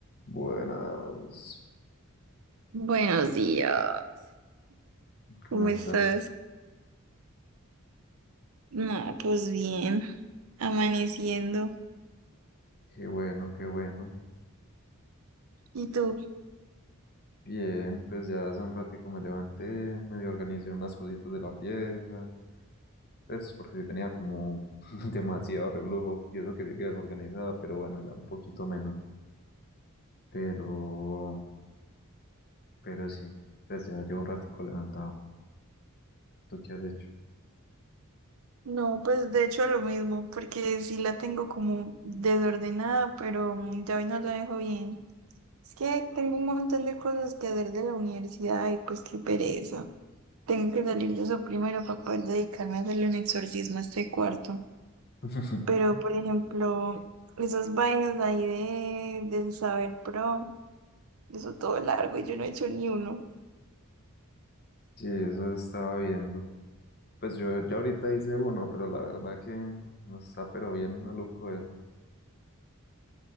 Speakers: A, on the left; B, on the right.
A: Buenas,
B: Buenos días.
A: ¿cómo
B: ¿Cómo
A: estás?
B: estás? No, pues bien, amaneciendo.
A: Qué bueno, qué bueno.
B: ¿Y tú?
A: Bien, pues ya hace un ratico me levanté, medio organicé unas cositas de la pieza, pues porque sí tenía como <laughs> demasiado reblujo y eso que sí que desorganizada, pero bueno, ya un poquito menos. Pero, pero sí, pues ya llevo un ratico levantado. ¿Tú qué has hecho?
B: No, pues de hecho lo mismo, porque sí la tengo como desordenada, pero mm, ya hoy no la dejo bien. Es que tengo un montón de cosas que hacer de la universidad y pues qué pereza. Tengo que salir de eso primero para poder dedicarme a hacerle un exorcismo a este cuarto.
A: <laughs>
B: Pero, por ejemplo, esas vainas ahí de, del Saber Pro, eso todo largo y yo no he hecho ni uno.
A: Sí, eso estaba viendo. Pues yo ya ahorita hice uno, pero la verdad que no está pero bien maluco eso.